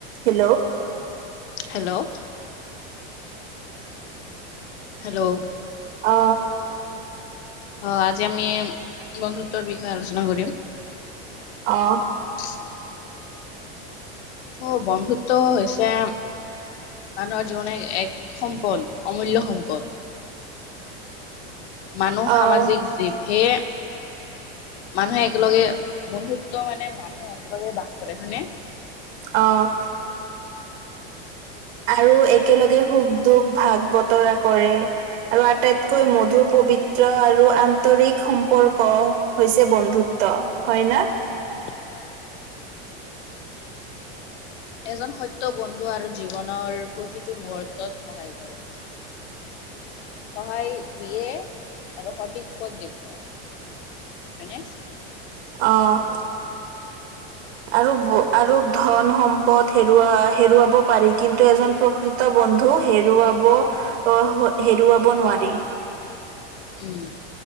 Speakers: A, on the right (about 75°); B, on the left (about 80°).
A: Hello
B: hello hello
A: অ
B: হয় আজি আমি বন্ধুত্বৰ বিষয়ে আলোচনা কৰিম
A: অ
B: <unintelligible> অ', বন্ধুত্ব হৈছে মানুহৰ জীৱনে এক সম্পদ অমূল্যয় সম্পদ। মানুহ
A: অ',
B: সামাজিক জীৱ সেইয়ে মানুহে একেলগে বন্ধুত্ব মানে মানুহ একেলগে বাস কৰে হয়নে?
A: অ'। আৰু একেলগে সুখ-দুখ ভাগ বতৰা কৰে। আৰু আটাইতকৈ মধুৰ পবিত্ৰ আৰু আন্তৰিক সম্পৰ্ক হৈছে বন্ধুত্ব। হয়, না?
B: অ'। এজন সত্য বন্ধু আৰু জীৱনৰ প্ৰতিটো মুহুৰ্তত সহায় কৰে। সহায় দিয়ে আৰু সঠিক পথ দেখুৱায়। হয়, নে?
A: অ'। আৰু আৰু ধন সম্পদ হেৰুৱা হেৰুৱাব পাৰি কিন্তু এজন প্ৰকৃত বন্ধু হেৰুৱাব আহ, হেৰুৱাব নোৱাৰি।
B: উম।